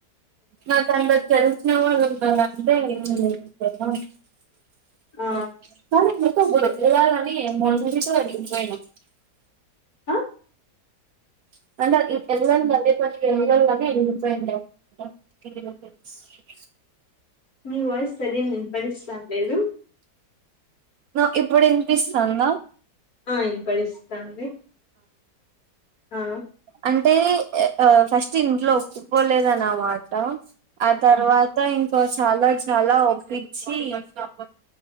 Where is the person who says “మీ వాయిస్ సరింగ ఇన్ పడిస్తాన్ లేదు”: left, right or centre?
Left